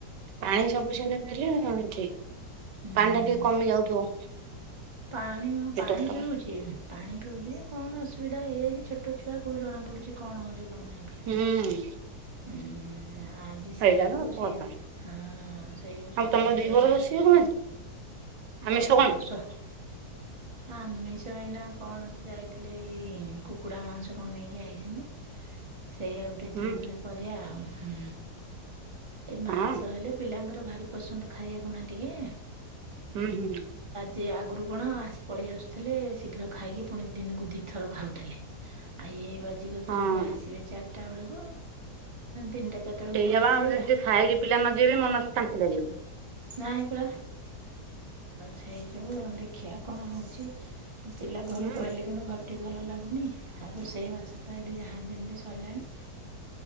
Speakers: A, on the right; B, on the right.
A: ପାଣି ସବୁସ ଠିକ
B: ହୁଁ
A: ପାଣ୍ଡା ଟିକେ କମି ଯାଉଥିବ।
B: ପାଣି
A: ପେଟ
B: ପାଣି
A: ଫେଟ
B: ପିଉଛି ପାଣି ପିୁ ଯେ କଣ ଅସୁବିଧା ହେଇଯଛି ଛଟ ଛୁଆ କଉ ଜଣା ପୁଛି କଣ ହେଉଛି କଣ? ନାହିଁ।
A: ହୁଁ।
B: ହୁଁ ଆଜି ସେଇ
A: ସେଇଟା
B: ଯୋଗୁଁ
A: ତ
B: ସିଏ
A: କଥା
B: ହଁ ସେଇ ଯୋଗୁଁ ସତା
A: ଆଉ ତମ ଦିପହର
B: ତ ଏନା
A: ରୋଷେଇ କଣ ଆଜି ଆମିଷ
B: ସବ
A: କଣ
B: ତ ସ ଆମ ମିଷ ଏଇନା କଣ ତ ଯାଇଥିଲେି ଏ କୁକୁଡ଼ା ମାଂସ କଣ ନେଇକି ଆଇଛନ୍ତି। ସେଇଆଉ ଟିକେ
A: ହୁଁ
B: ଦୁିଇପରେ କରିବା ଆଉ। ହୁଁ। ଏଇ ମାଂସ
A: ହଁ।
B: ହେଲେ ପିଲାଙ୍କର ଭାରି ପସନ୍ଦ ଖାଇବାକୁ ନାହି ଟିକେ।
A: ହୁଁ ହୁଁ।
B: ଯେ ଆଗରୁ କଣ ଆସି ପଳେଇ ଆସୁଥିଲେ ଶୀଘ୍ର ଖାଇକି ପୁଣି ଦିନକୁ ଦିଥର ଖାଉଥିଲେ। ଆ ଏ ବାଜିଗଦ
A: ହଁ
B: ଏଇଠି ଆସିବେ ଚାରିଟା ବେଳକୁ ତିନିଟା ଚାରିଟା ବେଳକୁ
A: ହେଇ
B: ସବୁ
A: ଯବା
B: ଆସିବେ
A: ଆ
B: ଯା
A: ଯି ଖାଇକି ପିଲା ନ ଯିବେ ମନ ଶାନ୍ତି ଲାଗିବ
B: ନାଇହିଁ ପୁରା ସେଇ ସୁ ଦେଖିବା କଣ ହେଉଛି? ପିଲା ଘରୁ
A: ହୁଁ।
B: ପଳେଇଲେ କିନ୍ତୁ ଘର ଭଲ ଲାଗୁନି ଆ ସେଇ ମାଛ ତ ଏଠି ଯାହା ଯେମିତି ଶୋଇଲାଣି।